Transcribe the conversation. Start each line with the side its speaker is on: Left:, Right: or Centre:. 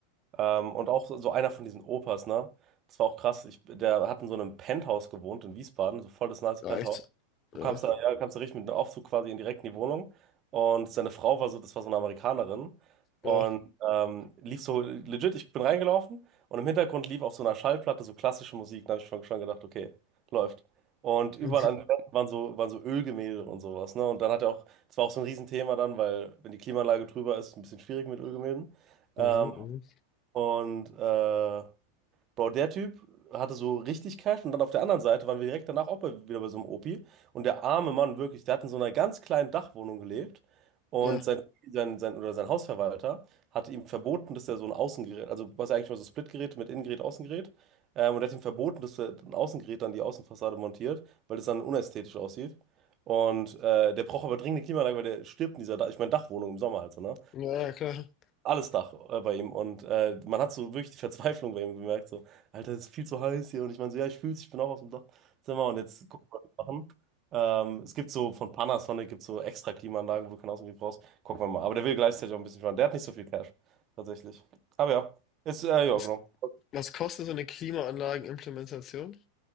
Right: Ähm, und auch so einer von diesen Opas, ne? Das war auch krass. Ich, der hat in so einem Penthouse gewohnt in Wiesbaden, so voll das nice
Left: Reicht.
Right: Penthouse. Du
Left: Ja.
Right: kamst da, ja, du kamst da richtig mit einem Aufzug quasi in direkt in die Wohnung. Und seine Frau war so, das war so eine Amerikanerin. Und
Left: Ja.
Right: ähm, lief so legit, ich bin reingelaufen und im Hintergrund lief auf so einer Schallplatte so klassische Musik. Da habe ich schon, schon gedacht, okay, läuft. Und überall
Left: <laughs>
Right: an den Wänden waren so, waren so Ölgemälde und sowas. Ne? Und dann hat er auch, das war auch so ein Riesenthema dann, weil wenn die Klimaanlage drüber ist, ein bisschen schwierig mit Ölgemälden. Ähm,
Left: Mhm, mhm.
Right: und äh, Bro, der Typ hatte so richtig Cash und dann auf der anderen Seite waren wir direkt danach auch bei, wieder bei so einem Opi. Und der arme Mann, wirklich, der hat in so einer ganz kleinen Dachwohnung gelebt und
Left: Ja,
Right: sein, sein, sein, oder sein Hausverwalter hat ihm verboten, dass er so ein Außengerät, also was eigentlich mal so Splitgerät mit Innengerät, Außengerät, ähm, und er hat ihm verboten, dass er ein Außengerät an die Außenfassade montiert, weil das dann unästhetisch aussieht. Und äh, der braucht aber dringend eine Klimaanlage, weil der stirbt in dieser, Dach- ich meine, Dachwohnung im Sommer halt so, ne?
Left: ja, ja, klar.
Right: alles Dach äh, bei ihm. Und äh, man hat so wirklich die Verzweiflung bei ihm gemerkt, so, Alter, es ist viel zu heiß hier. Und ich meine so, ja, ich fühl's, ich bin auch aus dem Dachzimmer und jetzt gucken wir, was wir machen. Ähm, es gibt so von Panasonic gibt so extra Klimaanlagen, wo du keinen Außengebiet brauchst. Gucken wir mal. Aber der will gleichzeitig auch ein bisschen sparen. Der hat nicht so viel Cash, tatsächlich. Aber ja, ist, äh, ja,
Left: Was,
Right: genau.
Left: was kostet so eine Klimaanlagenimplementation?